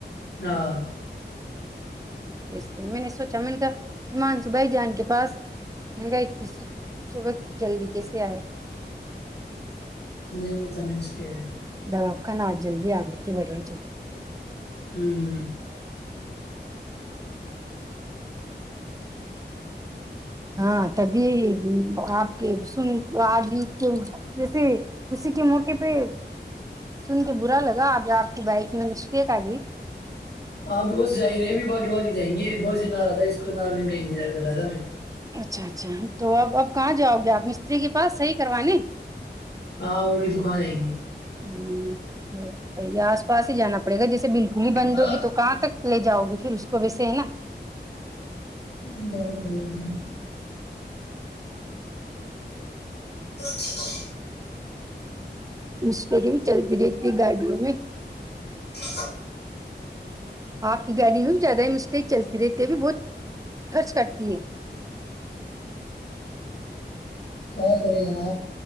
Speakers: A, on the left (about 65°); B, on the right (about 20°).
A: ہاں <unintelligible>
B: بیچتے ہیں میں نے سوچا میں نے کہامان صوبھائی جان کے پاس منگ ا صبح جلدی کیسے آئے
A: نہیں وہ تھا نہیں اس بھی ہے <unintelligible>
B: دواب خانا آج جلدی آگے کی بڑے ہی چ <unintelligible>
A: ہوں
B: ہاں تبھی آپ کے سن آجید کے جیسے کسی کے موقعے پہ سن کے برا لگا اب آپ کی بائک میں مسٹیک آ گئی
A: ہاں تو بس جا رہے ہیں بھی باگی باگی جائیں گے بس ہی نہارا تھا اس کو نارےنے کا انتظار کر رہا تھا ہم
B: اچھا اچھا تو آب کہاں جاؤ گے آپ مستری کے پاس صحیح کروانے
A: ہاں وہ نہیں تو کا جائیں گے
B: ہوں صحیح آس پاس ہی جانا پڑےا جیسے بالکل پلی بندوگی
A: ہاں
B: تو کہاں تک لے جاؤ گی پھر اس کو ویسے ہے نا
A: ہ جان پڑریے ہاں
B: مشکری بھی چلتی رہتی ہے گاڑیوں میں
A: ا
B: آپ کی گاڑی میں بھی زیادہ مسٹیک چلتی رہتی ہے بھی بہت خرچ کرتی ہے
A: کیا کرے ج نا